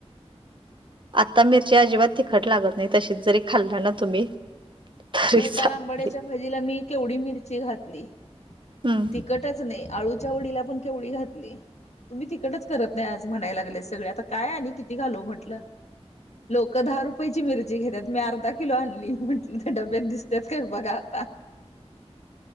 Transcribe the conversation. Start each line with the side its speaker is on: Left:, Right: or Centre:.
Right: आता मिरची अजिबात तिखट लागत नाही. तशीच जरी खाल्ला ना तुम्ही- तरी
Left: हो
Right: चालते.
Left: काल आंबाड्याच्या भाजीला मी केवढी मिरची घातली.
Right: हम्म.
Left: तिकटच नाही, आळूच्या वडीला पण केवढी घातली. तुम्ही तिकटच करत नाही आज म्हणायला लागले सगळे आता काय आणि किती घालू म्हंटलं. लोकं दहा रुपयाेची मिरची घेतात मी अर्धा किलो आणली, म्हटलं त्या डब्यात दिसतेच काय बघा आता.